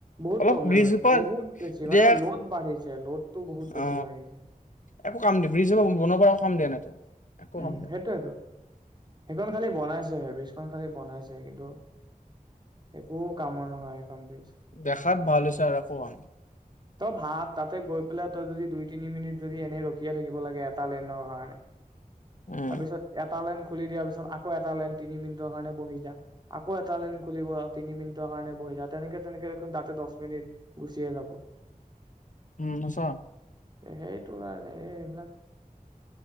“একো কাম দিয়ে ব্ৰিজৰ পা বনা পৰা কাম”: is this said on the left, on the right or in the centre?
Left